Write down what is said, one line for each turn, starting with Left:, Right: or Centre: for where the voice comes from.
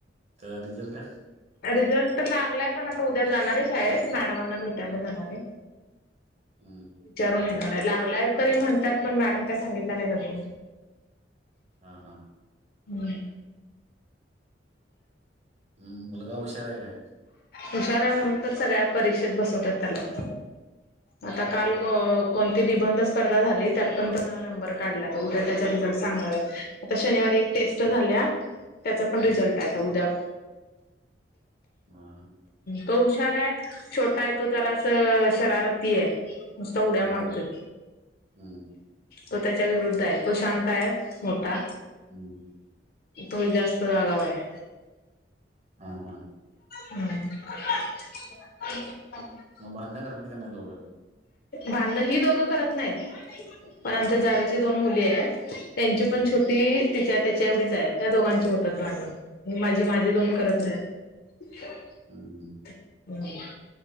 Right: तरं रिझल्ट आहे
Left: रिझल्ट तर लागलाय पण आता उद्या जाणारे शाळेत मॅडमांना भेटायला जाणार आहे.
Right: हम्म.
Left: विचारून येणार आहे लागलाय तरी म्हणतात पण मॅडम काय सांगितल्या नाही आजुन.
Right: हा हा.
Left: हम्म.
Right: हम्म मुलगा हुशार आहे काय?
Left: हुशार आहे म्हणून तर सगळ्या परीक्षेत बसवतात त्याला. आता
Right: होय
Left: काल‌ को कोणती निबंध स्पर्धा झाली त्यात पण त्यांन नंबर काढला उद्या त्याचा रिझल्ट सांगणार आता शनिवारी एक टेस्ट झाल्या त्याचा
Right: हम्म
Left: पण रिझल्ट आहे आता उद्या.
Right: ह हा.
Left: तो हुशार आहे छोटा आहे तो जरा असं शरारती आहे. नुस्ता उड्या
Right: हम्म
Left: मारतोय.
Right: हम्म
Left: तो त्याच्या विरुद्ध आहे तो शांत आहे मोठा.
Right: हम्म
Left: तो जास्त आगाव आहे.
Right: हा हा.
Left: हम्. <unintelligible>
Right: मग भांडण करतात की नाही दोघ.
Left: भांडण ही दोघं करत नाहीत पण आमचं
Right: हम्म
Left: जावेची दोन मुली आहेत. त्यांची
Right: हम्म
Left: पण छोटी तिच्या त्याच्या एवढीच आहे त्या दोघांची होतात भांडण. ही माझी, ‌माझी दोन करत नाहीत.
Right: हम् हम्म.
Left: हम्म हा,